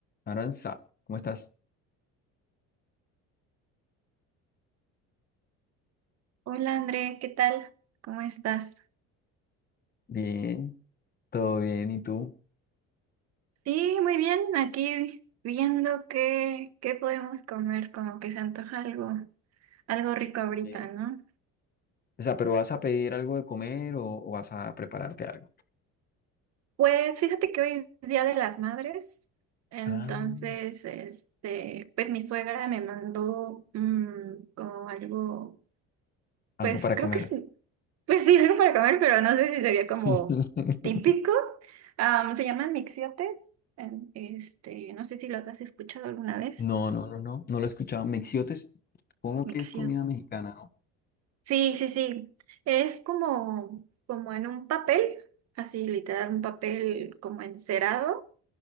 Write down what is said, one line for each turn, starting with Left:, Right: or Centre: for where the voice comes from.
Left: Aranza, ¿cómo estás?
Right: Hola André, ¿qué tal? ¿Cómo estás?
Left: Bien, todo bien, ¿y tú?
Right: Sí, muy bien, aquí viendo qué, qué podemos comer, como que se antoja algo, algo rico ahorita,
Left: Bien.
Right: ¿no?
Left: O sea, ¿pero vas a pedir algo de comer o, o vas a prepararte algo?
Right: Pues fíjate que hoy es Día de las Madres, entonces,
Left: Ah,
Right: este, pues mi suegra me mandó mm, como algo,
Left: algo
Right: pues
Left: para
Right: creo
Left: comer.
Right: que sí, <laughs> pues sí, algo para comer, pero no sé si sería
Left: <laughs>
Right: como típico. Am, se llaman mixiotes, em, este, no sé si los has escuchado alguna vez.
Left: No, no, no, no, no lo he escuchado. Mexiotes, supongo que
Right: Micción.
Left: es comida mexicana, ¿no?
Right: Sí, sí, sí. Es como, como en un papel, así literal, un papel como encerado.